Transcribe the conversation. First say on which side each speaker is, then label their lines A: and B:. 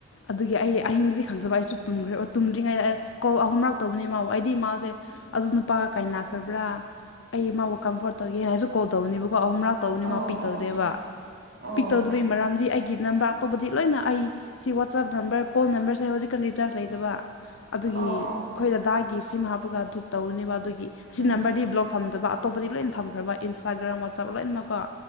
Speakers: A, on the left (about 85°); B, on the right (about 65°).
A: ꯑꯗꯨꯒꯤ ꯑꯩ ꯑꯍꯤꯡꯗꯗꯤ ꯈꯪꯗꯕ ꯑꯩꯁꯨ ꯇꯨꯝꯈ꯭ꯔꯦꯕ ꯇꯨꯝꯗ꯭ꯔꯤꯉꯩꯗ ꯀꯣꯜ ꯑꯍꯨꯝꯔꯛ ꯇꯧꯕꯅꯦ ꯃꯥꯕꯨ ꯑꯩꯗꯤ ꯃꯥꯁꯦ ꯑꯗꯨ ꯅꯨꯄꯥꯒ ꯀꯥꯏꯅꯥ ꯈ꯭ꯔꯕ꯭ꯔꯥ ꯑꯩ ꯃꯥꯕꯨ ꯀꯝꯐꯣꯔꯠ ꯇꯧꯒꯦꯅꯁꯨ ꯀꯣꯜ ꯇꯧꯅꯤꯕꯀꯣ ꯑꯍꯨꯝ ꯔꯛ ꯇꯧꯕꯅꯤ
B: ꯑꯣ
A: ꯃꯥ ꯄꯤꯛ
B: ꯑꯣ
A: ꯇꯧꯗꯦꯕ
B: ꯑꯣ
A: ꯄꯤꯛ ꯇꯧꯗꯕꯩ ꯃꯔꯝꯗꯤ ꯑꯩꯒꯤ ꯅꯝꯕꯔ ꯑꯇꯣꯞꯄꯗꯤ ꯂꯣꯏꯅ ꯑꯩ ꯁꯤ ꯋꯥꯆꯞ ꯅꯝꯕꯔ ꯀꯣꯜ ꯅꯝꯕꯔꯁꯦ ꯍꯧꯖꯤꯛꯀꯥꯟ ꯔꯤꯆꯥꯔꯖ ꯂꯩꯇꯕ ꯑꯗꯨꯒꯤ
B: ꯑꯣ
A: ꯑꯩꯈꯣꯏ
B: ꯑꯣ
A: ꯗꯗꯥꯒꯤ ꯁꯤꯝ ꯍꯥꯞꯄꯒ ꯑꯗꯨ ꯇꯧꯕꯅꯦꯕ ꯑꯗꯨꯒꯤ ꯑꯁꯤ
B: ꯎꯝ
A: ꯅꯝꯕꯔꯗꯤ
B: ꯎꯝ
A: ꯕ꯭ꯂꯣꯛ ꯊꯝꯗꯕ ꯑꯇꯣꯞꯄꯗꯤ ꯂꯣꯏꯅ ꯊꯝꯈ꯭ꯔꯕ ꯏꯟꯁꯇꯥꯥꯒ꯭ꯔꯥꯝ ꯋꯥꯆꯞ ꯂꯣꯏꯅꯃꯛꯀꯣ